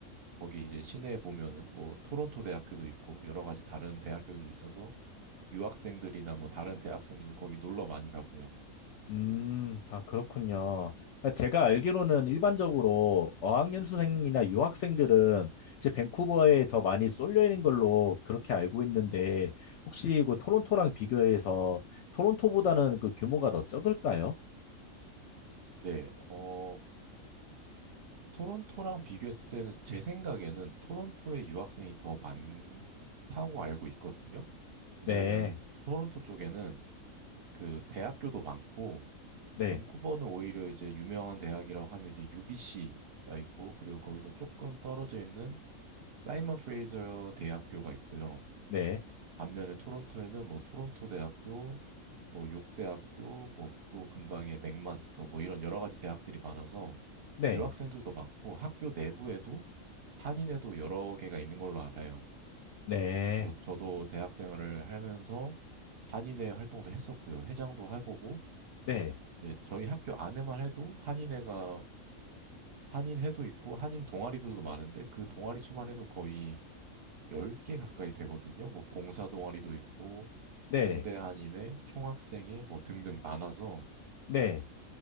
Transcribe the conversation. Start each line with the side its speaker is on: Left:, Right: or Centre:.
Right: 거기 이제 시내에 보면은 뭐 토론토 대학교도 있고 여러 가지 다른 대학교도 있어서 유학생들이나 뭐 다른 대학생들도 거기 놀러 많이 가고요.
Left: 음, 아, 그렇군요. 그러니까 제가 알기로는 일반적으로 어학연수생이나 유학생들은 이제 밴쿠버에 더 많이 쏠려 있는 걸로 그렇게 알고 있는데 혹시 그 토론토랑 비교해서 토론토보다는 그 규모가 더 적을까요?
Right: 네. 어 토론토랑 비교했을 때는 제 생각에는 토론토에 유학생이 더 많다고 알고 있거든요. 왜냐하면
Left: 네,
Right: 토론토 쪽에는 그 대학교도 많고
Left: 네,
Right: 밴쿠버는 오히려 이제 유명한 대학이라고 하면 이제 UBC가 있고 그리고 거기서 조금 떨어져 있는 사이먼 프레이저 대학교가 있고요.
Left: 네,
Right: 반면에 토론토에는 뭐 토론토 대학교, 뭐 욕대학교, 뭐 또 근방에 맥마스터 뭐 이런 여러 가지 대학들이 많아서
Left: 네,
Right: 유학생들도 많고 학교 내부에도 한인회도 여러 개가 있는 걸로 알아요.
Left: 네,
Right: 그래서 저도 대학 생활을 하면서 한인회 활동도 했었고요. 회장도 해보고,
Left: 네,
Right: 이제 저희 학교 안에만 해도 한인회가, 한인회도 있고, 한인 동아리들도 많은데, 그 동아리 수만 해도 거의 10개 가까이 되거든요. 뭐, 봉사 동아리도 있고,
Left: 네,
Right: 공대
Left: 네,
Right: 한인회, 총학생회, 뭐, 등등 많아서,
Left: 네.